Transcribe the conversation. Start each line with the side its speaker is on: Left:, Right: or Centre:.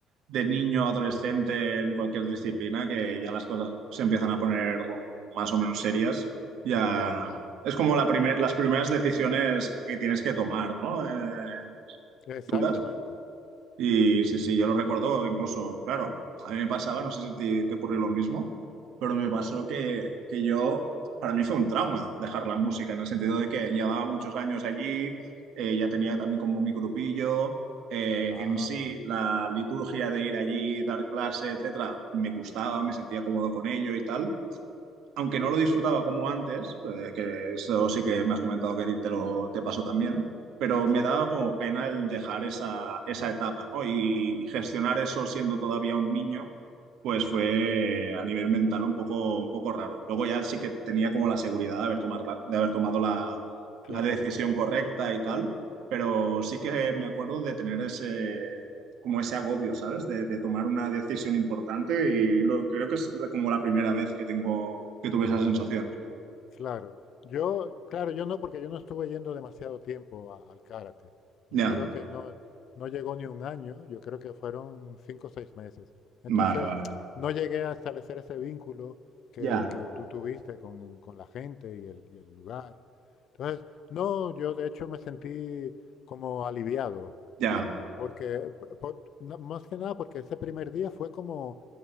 Right: de niño a adolescente en cualquier disciplina, que ya las cosas se empiezan a poner más o menos serias, ya
Left: claro,
Right: es como la primer- las primeras decisiones que tienes que tomar, ¿no? Eh,
Left: exactamente.
Right: duras. Y sí, sí, yo lo recuerdo incluso, claro, a mí me pasaba, no sé si te, te ocurrió lo mismo, pero me pasó que, que yo, para mí fue un trauma dejar la música, en el sentido de que llevaba muchos años allí, eh, ya tenía también como mi grupillo, eh,
Left: Ah,
Right: en sí la liturgia de ir allí, dar clase, etcétera, me gustaba, me sentía cómodo con ello y tal, aunque no lo disfrutaba como antes, eh, que eso sí que me has comentado que a ti te lo te pasó también, pero
Left: sí,
Right: me daba como pena el dejar esa, esa etapa, ¿no? Y, y gestionar eso siendo todavía un niño, pues fue a nivel mental un poco, un poco raro. Luego ya sí que tenía como la seguridad de haber, tomar la- de haber tomado la,
Left: claro.
Right: la decisión correcta y tal, pero sí que me acuerdo de tener ese, como ese agobio, ¿sabes? De, de tomar una decisión importante y lo, creo que es como la primera vez que tengo, que tuve esa sensación.
Left: Claro, yo, claro, yo no, porque yo no estuve yendo demasiado tiempo a- al karate.
Right: Ya,
Left: Yo creo que no, no llegó ni un año, yo creo que fueron cinco o seis meses. Entonces,
Right: vale, vale.
Left: no llegué a establecer ese vínculo que,
Right: Ya. Vale,
Left: que tú tuviste con, con la gente y el, y el lugar. Entonces, no, yo de hecho me sentí como aliviado
Right: Ya.
Left: porque, por- no- más que nada, porque ese primer día fue como,